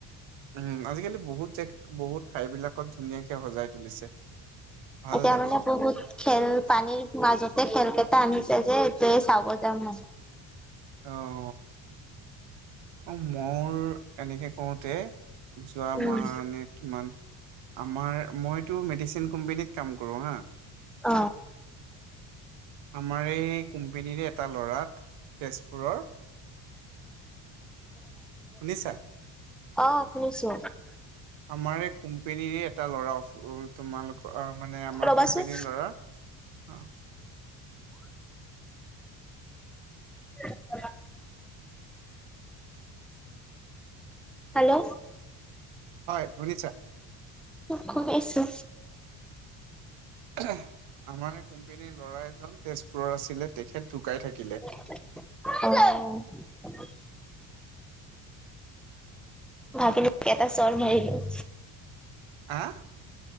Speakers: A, on the right; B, in the centre.
A: উম আজিকালি বহুত জেগ বহুত ঠাইবিলাকত ধুনীয়াকে সজাই তুলিছে। ভাল
B: এতিয়া
A: লাগে
B: মানে বহুত। খেল পানীৰ মাজতে খেলকেইটা আনিছে যে এইটোৱে চাব যাম মানে।
A: অ। অ মোৰ এনেকে কৰোতে যোৱা
B: উম
A: মানে কিমান আমাৰ মইতো মেডিচিন কোম্পনীত কাম কৰো হা।
B: অ
A: আমাৰ এই কোম্পানীৰে এটা ল'ৰাত তেজপুৰৰ। শুনিছা
B: <inaudible> অ শুনিছো।
A: আমাৰ এই কোম্পেনীৰে এটা ল'ৰা তোমালোকৰ মানে আমাৰ
B: ৰবাচোন
A: কোম্পানীৰ ল'ৰা। অ।
B: <unintelligible> হেল্ল'।
A: হয়। শুনিছা?
B: অ কৈ আছো।
A: এ হে আমাৰ এই কোম্পেনীৰ ল'ৰা এজন তেজপুৰৰ আছিলে তেখেত ঢুকাই থাকিলে।
B: অহ। ভাগিনো এটা চৰ মাৰিলো।
A: আহ